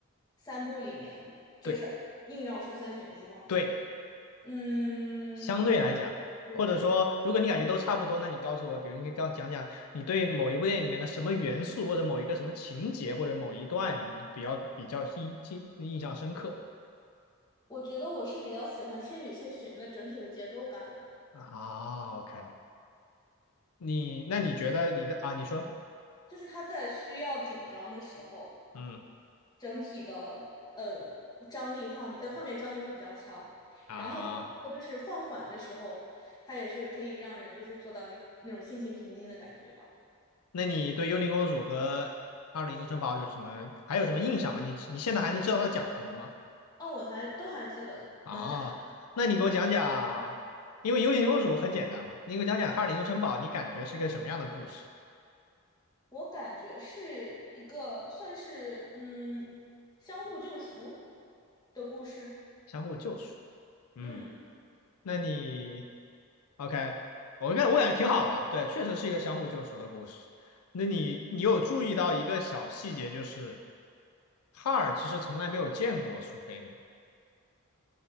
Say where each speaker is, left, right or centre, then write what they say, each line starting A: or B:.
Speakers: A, on the left (about 20°); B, on the left (about 85°).
A: 三部里面就是硬要说三选一吗？
B: 对对。
A: 嗯，
B: 相对来讲，
A: 我是
B: 或者说，如果你感觉都差不多，那你告诉我，比如你可以跟我讲讲你对某一部电影里面的什么元素，或者某一个什么情节，或者某一段什么，你比较比较印记印象深刻
A: 我觉得我是比较喜欢《千与千寻》的整体的节奏感的，
B: 啊？OK，你那你觉得你的啊？
A: 就是
B: 你说，
A: 就是他在需要紧张的时候，
B: 嗯
A: 整体的呃张力画面呃画面张力会比较强，
B: 啊，
A: 然后它就是放缓的时候，他也是可以让人就是做到一那种心情平静的感觉吧。
B: 那你对《幽灵公主》和《二零一城堡》有什么还有什么印象吗？你你现在还能知道它讲什么吗？
A: 哦，我还都还记得能讲，
B: 啊，那你给我讲讲，因为《幽灵公主》很简单嘛，你给我讲讲《哈尔的移动城堡》，你感觉是个什么样的故事？
A: 我感觉是一个算是嗯相互救赎的故事，
B: 相互救赎。嗯，
A: 嗯。
B: 那你 OK，我感我感觉挺好的，对，确实是一个相互救赎的故事。那你你有注意到一个小细节，就是哈尔其实从来没有见过苏菲吗？